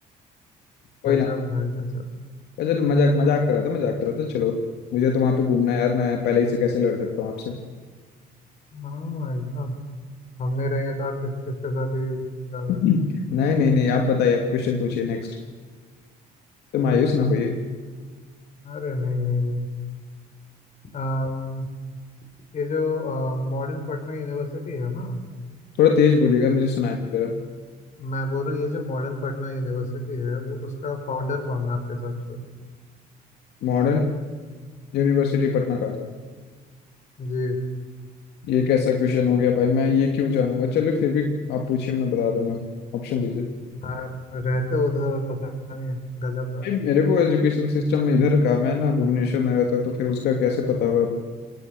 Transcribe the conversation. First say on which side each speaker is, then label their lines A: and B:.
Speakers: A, on the left (about 75°); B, on the left (about 45°).
A: कोई
B: गजब
A: ना
B: भाई गजब
A: अच्छा मजाक मजाक कर रहा था मजाक कर रहा था चलो मुझे तो वहाँ पे घूमना है यार मैं पहले ही से कैसे लड़ सकता हूँ आपसे
B: हाँ भाई साहब हमने रहेंगे तो और किस किसके साथ ही बिता होगा।
A: नहीं नहीं नहीं आप बताइए आप क्वेश्चन पूछिए नेक्स्ट तो मायूस ना होइए
B: अरे नहीं नहीं नहीं अम, ये जो मॉडर्न पटना यूनिवर्सिटी है ना
A: थोड़ा तेज बोलिएगा मुझे सुनाई नहीं दे रहा
B: मैं बोल रहा हूँ ये जो मॉडर्न पटना यूनिवर्सिटी है वो उसका फाउंडर कौन है आपके हिसाब से
A: मॉडर्न यूनिवर्सिटी पटना का
B: जी
A: ये कैसा क्वेश्चन हो गया भाई मैं ये क्यों जानूंगा चलो फिर भी आप पूछिए मैं बता दूंगा ऑप्शन दीजिए
B: आप रहते हो उधर और पता नहीं है, गजब बात
A: ये मेरे को एजुकेशन सिस्टम इधर का मैं ना भुवनेश्वर में रहता हूँ, तो फिर उसका कैसे पता होगा आप